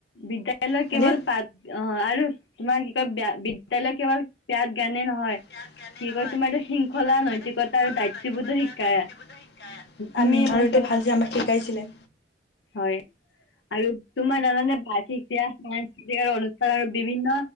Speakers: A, on the left (about 80°); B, on the left (about 65°).
A: বিদ্যালয়
B: হয়নে
A: কেৱল পাত অ', আৰু তোমাৰ কি কয় বিদ্যালয় কেৱল প্যাত গানে নহয়।
B: প্যাট জ্ঞানে
A: কি
B: নহয়
A: কয় তোমাৰ এইটো শৃংখলা
B: কি কয় তোমাৰ
A: নৈতিকতা
B: শৃংখলা
A: আৰু দায়িত্ববোধো
B: নৈতিকতা
A: শিকায়
B: আৰু দায়িত্ববোধ উম,
A: আমি মানে
B: আৰু এইটো
A: কেনে
B: ভাল যে আমাক শিকাইছিলে।
A: হয়। আৰু তোমাৰ জানানে? বাৰ্ষিকিয়া সাংস্কৃতিক আৰু অনুষ্ঠান আৰু বিভিন্ন